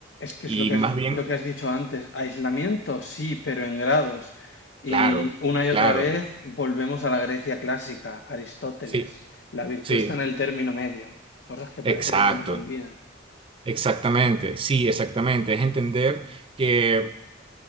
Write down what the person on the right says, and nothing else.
Y
más
bien,
claro,
claro,
sí,
sí,
exacto.
Exactamente, sí, exactamente. Es entender que